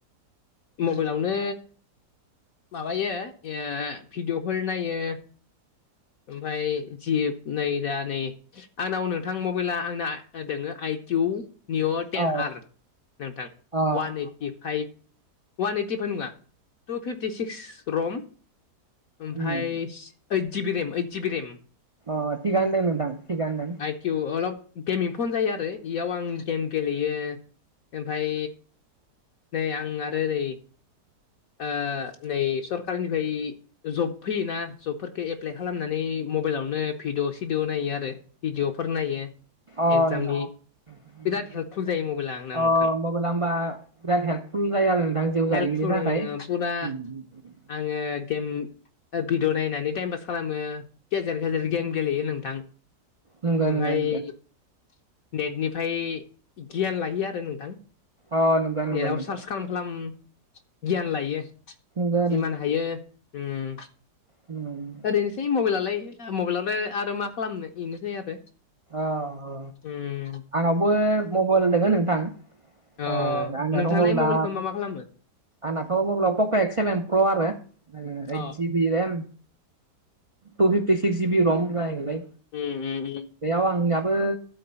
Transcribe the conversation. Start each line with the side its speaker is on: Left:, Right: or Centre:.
Left: मबाइलावनो माबायो ओ भिडिअ'फोर नायो। ओमफाय जि नै दा नै आंनाव नोंथां मबाइला आंना दोङो आइ किउ निअ टेन
Right: अ
Left: आर नोंथां
Right: अ
Left: वान ओइट ओइ फाइभ अवान ओइटि फाइभ नङा टु फिफटि सिक्स रम ओमफाय
Right: उम
Left: ओइद जिबि रेम ओइद जिबि रेम
Right: अ थिगानो दों नोंथां थिगानो दों।
Left: किउ अलप गेमिं फन जायो आरो इयाव आं गेम गेलेयो। ओमफाय नै आं आरो ओरै ओ नै सरकारनिफ्राय जब फैयोना जबफोरखो एप्लाइ खालामनानै मबाइलावनो भिडअ-सिडअ नायो आरो भिडिअफोर नायो।
Right: अ
Left: एगजामनि
Right: नोंथां। <inaudible>
Left: बिराद हेल्पफुल जायो मबाइला आंना
Right: अ
Left: नोंथां
Right: मबेला होमबा बिराद हेल्पफुल जायो आरो नोंथां जिउ
Left: हेल्पफुल
Right: जारिमिननि थाखाय
Left: आङो फुरा
Right: उम उम उम
Left: आङो गेम ओ भिडिअ नायनानै टाइम पास खालामो। गेजेर गेजेर गेम गेलेयो नोंथां
Right: नंगौ
Left: ओमफाय
Right: नंगौ नंगौ
Left: नेटनिफाय गियान लायो आरो नोंथां।
Right: अ नंगौ नंगौ
Left: नेटाव
Right: नंगौ
Left: सार्च खालाम खालाम गियान लायो।
Right: नंगौ
Left: जिमान हायो उम
Right: उ <unintelligible>
Left: ओरैनोसै मबाइलाय मबाइलावलाय आरो मा खालामनो इनोसै आरो।
Right: औ औ
Left: उम
Right: आंनावबो मबाइल दोङो नोंथां।
Left: अ
Right: ओ आंनाथ'
Left: नोंथाङालाय
Right: मबेइला
Left: मबाइलखौ मा मा खालामो
Right: आंनाथ' <unintelligible> पक' एक्स सेभेन प्र आरो ओ ओइद
Left: अ
Right: जि रेम two fifty six G B रम <unintelligible>
Left: उम उ उ
Right: बैयाव आंनियाबो